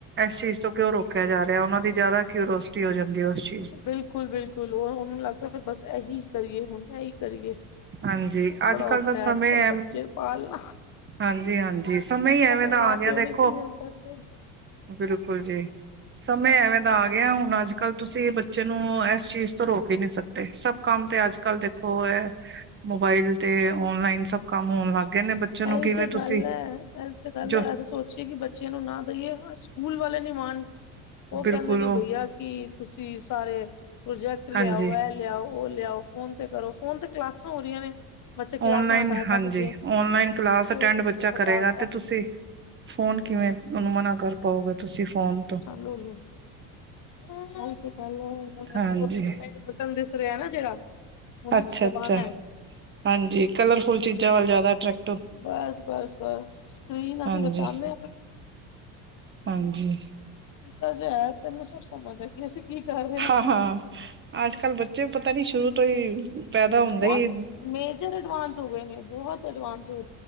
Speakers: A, on the right; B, on the left.
A: ਇਸ ਚੀਜ਼ ਤੋਂ ਕਿਉਂ ਰੋਕਿਆ ਜਾ ਰਿਹਾ ਉਹਨਾਂ ਦੀ ਜਿਆਦਾ ਕਿਉਰੋਸਿਟੀ ਹੋ ਜਾਂਦੀ ਹੈ ਉਸ ਚ
B: ਬਿਲਕੁਲ-ਬਿਲਕੁਲ, ਉਹਨੂੰ ਲੱਗਦਾ ਫਿਰ ਬਸ ਇਹੀ ਕਰੀਏ ਹੁਣ, ਇਹੀ ਕਰੀਏ।
A: ਹਾਂਜੀ, ਅੱਜ
B: ਬੜਾ
A: ਕੱਲ੍ਹ
B: ਔਖਾ
A: ਦਾ
B: ਹੈ
A: ਸਮੇਂ
B: ਅੱਜ ਕੱਲ
A: ਏਹ
B: ਬੱਚੇ ਪਾਲਣਾ
A: ਹਾਂਜੀ-ਹਾਂਜੀ ਸਮੇਂ
B: ਸਾਡੇ
A: ਈ ਐਵੇਂ ਦਾ
B: ਮਾਂ
A: ਆ ਗਿਆ
B: ਪਿਓ ਨੇ
A: ਦੇਖੋ,
B: ਕਿਵੇਂ ਪਾਲਿਆ
A: ਬਿਲਕੁਲ ਜੀ। ਸਮੇਂ ਐਵੇਂ ਦਾ ਆ ਗਿਆ ਹੁਣ ਅੱਜ ਕੱਲ੍ਹ ਤੁਸੀਂ ਬੱਚੇ ਨੂੰ ਇਸ ਚੀਜ਼ ਤੋਂ ਰੋਕ ਈ ਨਹੀਂ ਸਕਦੇ। ਸਭ ਕੰਮ, ਤੇ ਅੱਜ ਕੱਲ੍ਹ ਦੇਖੋ ਐ ਮੋਬਾਇਲ ਤੇ, ਓਨਲਾਈਨ ਸਭ ਕੰਮ ਹੋਣ ਲੱਗ ਗਏ ਨੇ। ਬੱਚੇ ਨੂੰ
B: ਇਹੀ
A: ਕਿਵੇਂ
B: ਤੇ
A: ਤੁਸੀਂ
B: ਗੱਲ ਹੈ, ਇਹ ਤੇ ਗੱਲ
A: ਜੋ
B: ਹੈ, ਅਸੀਂ ਸੋਚ ਪੁੱਛੇ ਕਿ ਬੱਚਿਆਂ ਨੂੰ ਨਾ ਦਈਏ, ਸਕੂਲ ਵਾਲੇ ਨੀ ਮਾਣ, ਉਹ
A: ਬਿਲਕੁਲ
B: ਕਹਿੰਦੇ ਨੇ
A: ਉਹ
B: ਬਈਆ ਕੀ, ਤੁਸੀਂ ਸਾਰੇ ਪ੍ਰੋਜੈਕਟ ਲਿਆਓ
A: ਹਾਂਜੀ
B: ਏ ਲਿਆਓ, ਉਹ ਲਿਆਓ, ਫੋਨ ਤੇ ਕਰੋ, ਫੋਨ ਤੇ ਕਲਾਸਾਂ ਹੋ ਰਹੀਆਂ ਨੇ। ਬੱਚੇ ਕਲਾਸਾਂ
A: ਓਨਲਾਈਨ
B: ਹਟਾ ਹਟਾ
A: ਹਾਂਜੀ,
B: ਕੇ ਗਏ
A: ਓਨਲਾਈਨ ਕਲਾਸ
B: ਕੋਵਿਡ
A: ਅਟੈਂਡ ਬੱਚਾ
B: ਨੇ ਵਿਗਾੜਤਾ
A: ਕਰੇਗਾ ਤੇ
B: ਸਭ
A: ਤੁਸੀਂ ਫੋਨ ਕਿਵੇਂ, ਉਹਨੂੰ ਮਨਾ ਕਰ ਪਾਓਗੇ, ਤੁਸੀਂ ਫੋਨ ਤੋਂ।
B: ਲੋ-ਲੋ, ਸ <inaudible> ਓਇ ਤੇ ਗੱਲ ਹੈ। <unintelligible> ਉਹਨਾਂ
A: ਹਾਂਜੀ
B: ਨੂੰ ਉਹ, ਰੈਡ ਬਟਨ ਦਿਸ ਰਿਹਾ ਨਾ ਜਿਹੜਾ, ਉਹਨੂੰ
A: ਅੱਛਾ
B: ਬਸ ਦਬਾਉਣਾ
A: ਅੱਛਾ
B: ਏ।
A: ਹਾਂਜੀ, ਕਲਰਫੁਲ ਚੀਜ਼ਾਂ ਵੱਲ ਜ਼ਿਆਦਾ ਅਟਰੈਕ
B: ਬਸ-ਬਸ-ਬਸ, ਸਕਰੀਨ ਅਸੀਂ
A: ਹਾਂਜੀ
B: ਬਚਾਣੇ ਅ
A: ਹਾਂਜੀ।
B: ਪਤਾ ਜੇ ਹੈ, ਤੈਨੂੰ ਸਭ ਸਮਝ ਏ। ਅਸੀਂ ਕੀ ਕਰ ਰਹੇ ਹਾਂ
A: ਹਾਂ-ਹਾਂ,
B: ਕੀ ਨਹੀਂ
A: ਅੱਜ ਕੱਲ ਬੱਚੇ ਪਤਾ ਨੀ ਸ਼ੁਰੂ ਤੋਂ ਹੀ ਪੈਦਾ ਹੁੰਦਾ
B: ਬਹੁਤ
A: ਹੀ
B: ਮੇਜਰ ਐਡਵਾਂਸ ਹੋ ਗਏ ਨੇ, ਬਹੁਤ ਐਡਵਾਂਸ ਹੋ